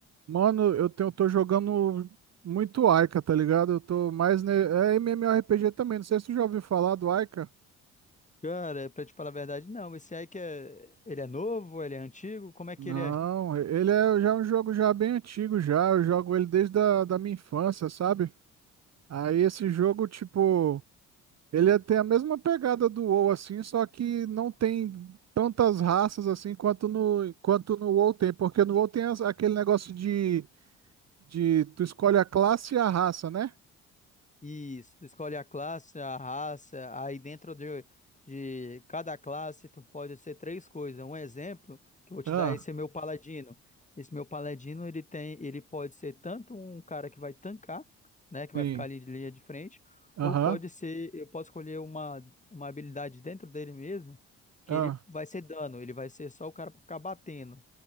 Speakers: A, on the right; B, on the left.
A: Mano, eu tenho, tô jogando muito Aika, tá ligado? Eu tô mais. Ne... É MMORPG também. Não sei se tu já ouviu falar do Aika.
B: Cara, pra te falar a verdade, não. Esse aí que é. Ele é novo, ele é antigo, como é que
A: Não,
B: ele é?
A: ele é já é um jogo já bem antigo já. Eu jogo ele desde a, da minha infância, sabe? Aí esse jogo, tipo, ele é- tem a mesma pegada do WoW, assim, só que não tem tantas raças assim quanto no, quanto no WoW tem. Porque no WoW tem as- aquele negócio de, de tu escolhe a classe e a raça, né?
B: Isso, tu escolhe a classe, a raça, aí dentro de, de cada classe tu pode ser três coisas. Um exemplo que eu vou te
A: Ah,
B: dar, esse é meu paladino. Esse meu paladino, ele tem, ele pode ser tanto um cara que vai tancar, né, que vai
A: sim.
B: ficar ali de linha de frente,
A: Aham.
B: ou pode ser, eu posso escolher uma, uma habilidade dentro dele mesmo, que
A: ah.
B: ele vai ser dano, ele vai ser só o cara pra ficar batendo.